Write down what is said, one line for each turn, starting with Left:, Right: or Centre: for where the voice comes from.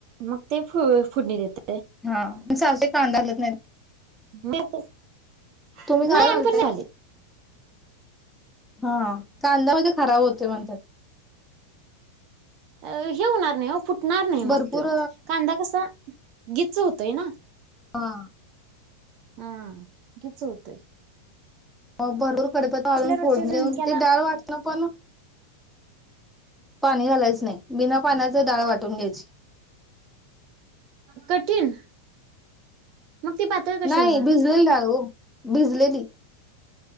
Right: मग ते फ फुडणी देतात.
Centre: हा सासूबाई कांदा घालत नाही.
Right: म नाही
Centre: तुम्ही काय घालताय?
Right: आम्ही पण नाही घालत.
Centre: हा कांदामध्ये खराब होते म्हणतात.
Right: अ हे होणार नाही हो फुटणार नाही
Centre: भरपूर
Right: मग तो कांदा कसा गीच होतोय ना‌.
Centre: हा.
Right: हा गिच होतंय.
Centre: म भरपूर कडिपत्ता घालून
Right: रोजच्या
Centre: फोडूनी
Right: झणक्याला
Centre: देऊन ते डाळ वाटन पण. पाणी घालायचं नाही बिना पाण्याचे डाळ वाटून घ्यायची.
Right: कठीण. मग ती पातळ कशी
Centre: नाही
Right: होणार
Centre: भिजलेली डाळ ओ भिजलेली.